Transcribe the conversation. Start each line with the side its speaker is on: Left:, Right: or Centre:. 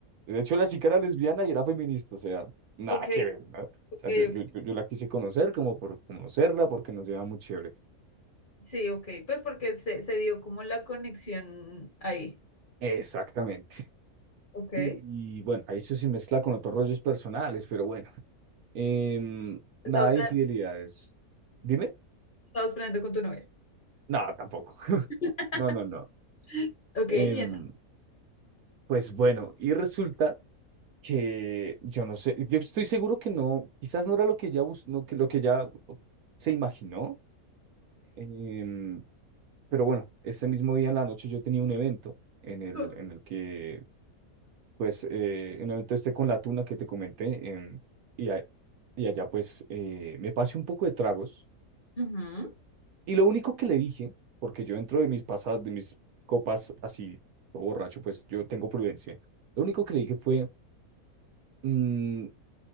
Right: De hecho, la chica era lesbiana y era feminista, o sea, nada
Left: ok,
Right: que ver, ¿no? O
Left: ok,
Right: sea, yo, yo,
Left: ok.
Right: yo yo la quise conocer como por conocerla, porque nos llevaba muy chévere.
Left: Sí, ok. Pues porque se, se dio como la conexión ahí.
Right: Exactamente.
Left: Ok.
Right: Y bueno, ahí eso se mezcla con otros rollos personales, pero bueno. Em, nada
Left: Estabas
Right: de
Left: planeando,
Right: infidelidades. Dime.
Left: estabas planeando con tu novia.
Right: No, tampoco. <laughs>
Left: <laughs>
Right: No, no, no.
Left: Ok,
Right: Em,
Left: y entonces,
Right: pues bueno, y resulta que yo no sé, yo estoy seguro que no, quizás no era lo que ya, bus- no, que, lo que ya se imaginó. em, pero bueno, ese mismo día en la noche yo tenía un evento en el,
Left: ok.
Right: en el que pues eh, en un evento este con la tuna que te comenté em, y, a- y allá pues eh, me pasé un poco de tragos
Left: Ujú.
Right: y lo único que le dije, porque yo dentro de mis pasadas, de mis copas así, todo borracho, pues yo tengo prudencia, lo único que le dije fue, "Mm,